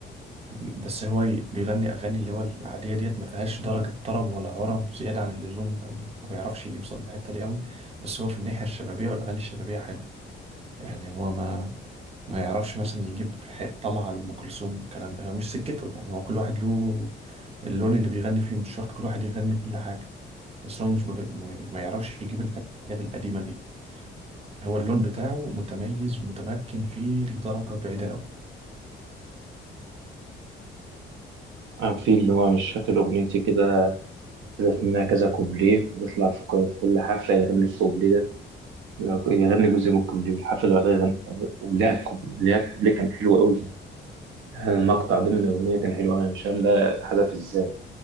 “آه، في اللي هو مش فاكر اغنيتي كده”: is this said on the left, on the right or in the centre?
Right